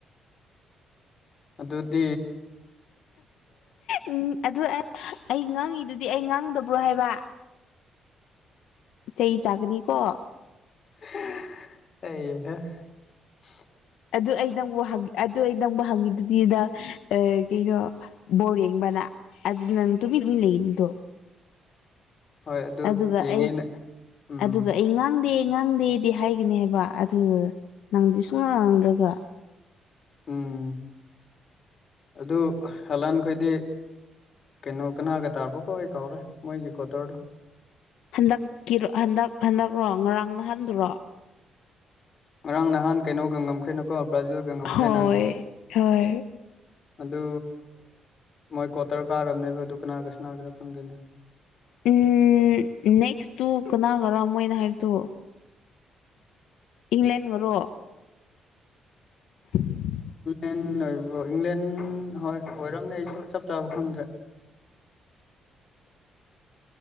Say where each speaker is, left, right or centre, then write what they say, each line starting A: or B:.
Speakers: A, on the left; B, on the left.
A: ꯑꯗꯨꯗꯤ
B: ꯎꯝ ꯑꯗꯨ ꯑꯩ ꯉꯥꯡꯉꯤꯗꯨꯗꯤ ꯑꯩ ꯉꯥꯡꯗꯕ꯭ꯔꯣ ꯍꯥꯏꯕ ꯆꯩ ꯆꯥꯛꯅꯤꯀꯣ
A: ꯑꯩ
B: ꯑꯗꯨ ꯑꯩ ꯅꯪꯕꯨ ꯑꯗꯨ ꯑꯩ ꯅꯪꯕꯨ ꯍꯪꯉꯤꯗꯨꯗꯤꯗ ꯀꯩꯅꯣ ꯕꯣꯔꯦꯡꯕꯅ ꯑꯗꯨ ꯅꯪ ꯇꯃꯤꯠ ꯂ ꯂꯩꯅꯤꯗꯣ
A: ꯍꯣꯏ ꯑꯗꯨ
B: ꯑꯗꯨꯒ
A: ꯌꯦꯡꯉꯦꯅ
B: ꯑꯩ
A: ꯎꯝ
B: ꯑꯗꯨꯒ ꯑꯩ ꯉꯥꯡꯗꯦ ꯉꯥꯡꯗꯦꯗꯤ ꯍꯥꯏꯒꯅꯦꯕ ꯑꯗꯨ ꯅꯪꯗꯤ ꯁꯨꯡ ꯉꯥꯡꯗꯒ <inaudible>
A: ꯎꯝ ꯑꯗꯨ ꯍꯂꯥꯟꯈꯣꯏꯗꯤ ꯀꯩꯅꯣ ꯀꯅꯥꯒ ꯇꯥꯔꯕꯣꯀꯣ ꯑꯩ ꯀꯥꯎꯔꯦ ꯃꯣꯏꯒꯤ ꯀꯣꯇꯔꯗꯨꯣ
B: ꯍꯟꯗꯛꯀꯤꯔꯣ ꯍꯟꯗꯛ ꯍꯟꯗꯛꯔꯣ ꯉꯔꯥꯡ ꯅꯍꯟꯗꯨꯔꯣ
A: ꯉꯔꯥꯡ ꯅꯍꯥꯟ ꯀꯩꯅꯣꯒꯉꯝꯈ꯭ꯔꯦꯅꯨꯀꯣ ꯕ꯭ꯔꯥꯖꯤꯨꯜ ꯒꯪꯉꯝꯈ꯭ꯔꯦꯅ
B: ꯍꯣꯏ ꯍꯣꯏ
A: ꯑꯗꯨ ꯃꯣꯏ ꯀ꯭ꯋꯥꯇꯔ ꯀꯥꯔꯝꯅꯦꯕ ꯑꯗꯨ ꯀꯅꯥꯒ ꯁꯅꯥꯒꯔꯥ ꯈꯪꯗꯦꯅ
B: ꯎꯝ ꯅꯦꯛꯁꯇꯨ ꯀꯅꯥꯒꯔ ꯃꯣꯏꯅ ꯍꯥꯏꯕꯗꯣ ꯏꯪꯂꯦꯟ ꯑꯣꯏꯣ ꯎꯝ
A: ꯦꯟ ꯑꯣꯏ ꯏꯪꯂꯦꯟ ꯍꯣꯏ ꯑꯣꯏꯔꯝꯅꯦ ꯑꯩꯁꯨ ꯆꯞ ꯆꯥꯕ ꯐꯪꯗ꯭ꯔꯦ
B: <inaudible>